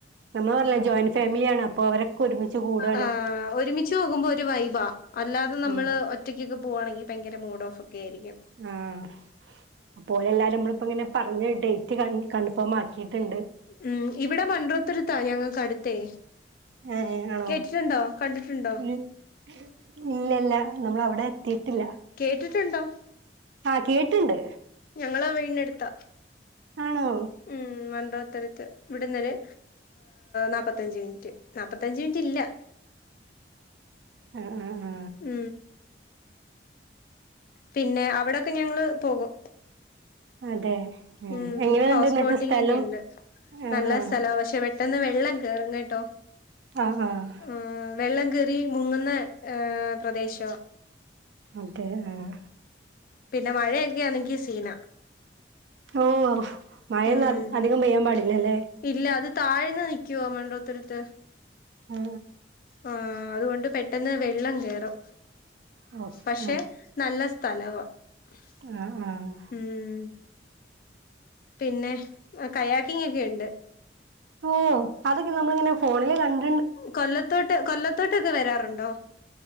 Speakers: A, on the right (about 70°); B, on the left (about 50°).
A: നമ്മള് പറഞ്ഞിലെ ജോയിന്റ് ഫാമിലിയാണ് അപ്പൊ അവരെ ക്കൊരുമിച്ച് കൂടാ
B: ആഹ് ഒരുമിച്ച് പോകുമ്പോ ഒരു വൈബാ അല്ലാതെ നമ്മള്
A: ഉം
B: ഒറ്റക്കൊക്കെ പോവാണെങ്കി ഭയങ്കര മൂഡ് ഓഫ് ക്കേ ആയിരിക്ക്യും
A: ആഹ് അപ്പോ ഓല് എല്ലാരും അമ്മള് ഇപ്പോ ഇങ്ങനെ പറഞ്ഞ ഡേറ്റ് കൺ കൺഫോമാക്കിയിട്ട്ണ്ട്
B: ഉം ഇവടെ മണ്ട്രത്തുര്ത്താ ഞങ്ങള്ക്കട്ത്തേ
A: ഏഹ് ആണോ
B: കേട്ടിട്ടുണ്ടോ കണ്ടിട്ടുണ്ടോ
A: ഇല്ല ഇല്ല നമ്മൾ അവിടെ എത്തിയിട്ടില്ല
B: കേട്ടിട്ടുണ്ടോ
A: ആഹ് കേട്ട്ൻണ്ട്
B: ഞങ്ങളെ വീടിനെ അടുത്താ
A: ആണോ
B: മം വണ്ടോത്തരത്ത് ഇവിടുന്നൊരു നാപ്പത്തഞ്ച് മിനിറ്റ് നാപ്പത്തഞ്ച് മിനിറ്റ് ഇല്ല
A: ആഹ് ആഹ് ആ
B: ഉം പിന്നെ അവിടൊക്കെ ഞങ്ങള് പോകും
A: അതെ ആ
B: മം
A: എങ്ങനെയുണ്ട്
B: ഹൗസ്
A: എന്നിട്ട്
B: ബോട്ടിംഗ്
A: സ്ഥലം
B: ഒക്കെ ഇണ്ട്
A: ആ
B: നല്ല
A: ആ
B: സ്ഥലാവാ പെട്ടന്ന് വെള്ളം കേറും കേട്ടോ
A: ആഹ് ആഹ്
B: ആഹ് വെള്ളംകെറി മുങ്ങുന്ന ഏഹ് പ്രദേശോ
A: അങ്ങനതന്നെണ്
B: പിന്ന മഴയൊക്കെ ആണെങ്കി സീന
A: ഓഹ് മഴൊന്നും
B: ഉം
A: അധികം പെയ്യാൻ പാടില്ല ലെ
B: ഇല്ല അത് താഴ്ന്ന നിക്കിയുവാ മണ്ടോത്തരത്ത്
A: ആ
B: ആഹ് അതുകൊണ്ട് പെട്ടെന്ന് വെള്ളം കേറും
A: ആ ഓക്കെ
B: പക്ഷെ നല്ല സ്ഥലവാ <unintelligible>
A: ആഹ് ആഹ്
B: ഉം പിന്നെ കയാക്കിങ്ങ ഒക്കെയുണ്ട്
A: ഓഹ് അതൊക്കെ നമ്മള് ഇങ്ങനെ ഫോണില് കണ്ട്
B: കൊല്ലത്തോട്ട് കൊല്ലത്തോട്ടൊക്കെ വരാറുണ്ടോ